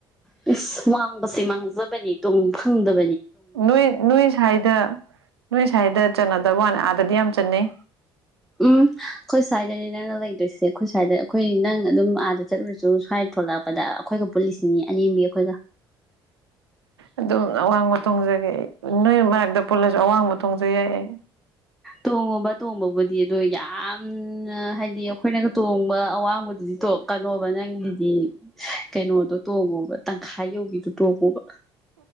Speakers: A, in the centre; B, on the right.
A: ꯑꯁ ꯋꯥꯡꯕꯁꯤꯦ ꯃꯥꯡꯖꯕꯅꯤꯨꯡ ꯐꯪꯗꯕ
B: ꯅꯣꯏ ꯅꯣꯏ ꯁ꯭ꯋꯥꯗ ꯅꯣꯏ ꯁ꯭ꯋꯥꯏꯗ ꯆꯠꯅꯗꯕ ꯋꯥꯅꯤ ꯁꯗꯤꯌꯥꯝ ꯆꯟꯅꯩ
A: ꯎꯝ ꯑꯩꯈꯣꯏ ꯁ꯭ꯋꯥꯏꯗꯅꯦ ꯅꯪꯅ ꯂꯩꯗꯣꯏꯁꯦ ꯑꯩꯈꯣꯏ ꯁ꯭ꯋꯥꯏꯗ ꯑꯩꯈꯣꯏ ꯅꯪ ꯑꯗꯨꯝ ꯑꯥꯗ ꯆꯠꯂꯨꯔꯁꯨ ꯁ꯭ꯋꯥꯏꯗ ꯊꯣꯛꯂꯛꯄꯗ ꯑꯩꯈꯣꯏꯒ ꯄꯨꯜꯂꯤꯁꯤꯅꯤ ꯑꯅꯦꯝꯕꯤ ꯑꯩꯈꯣꯏꯒ
B: ꯑꯗꯨꯝ ꯑꯋꯥꯡꯕ ꯊꯣꯡꯖꯒꯦ ꯅꯣꯏ ꯃꯔꯛꯇ ꯄꯨꯜꯂꯁꯨ ꯑꯋꯥꯡꯕ ꯊꯣꯡꯖ ꯌꯥꯏ
A: ꯇꯣꯡꯉꯕ ꯇꯣꯡꯕꯕꯨꯗꯤ ꯑꯗꯣ ꯌꯥꯝ ꯎ ꯍꯥꯏꯗꯤ ꯑꯩꯈꯣꯏꯅꯒ ꯇꯣꯡꯕ ꯑꯋꯥꯡꯕꯗꯨꯗꯤ ꯇꯣꯛꯀꯅꯣꯕ ꯅꯪꯒꯤꯗꯤ ꯀꯩꯅꯣꯗꯣ ꯇꯣꯡꯉꯣꯕ ꯇꯪꯈꯥꯏ ꯌꯧꯕꯤꯗꯨꯣ ꯇꯣꯡꯉꯣꯕ